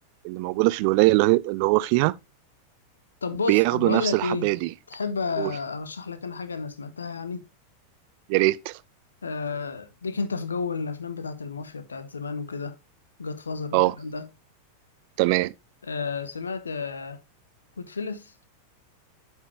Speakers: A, on the right; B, on the left.
A: اللي موجودة في الولاية اللي هي- اللي هو فيها
B: طب بص
A: بياخدوا
B: طب بقول
A: نفس
B: لك
A: الحباية
B: ايه
A: دي
B: تحب ارشح
A: قول
B: لك انا حاجه انا سمعتها يعني
A: يا ريت
B: آه ليك انت في جو الافلام بتاعت المافيا بتاعت زمان وكده جاد فازر
A: اه
B: والكلام ده
A: تمام
B: آه سمعت آه كود فيلس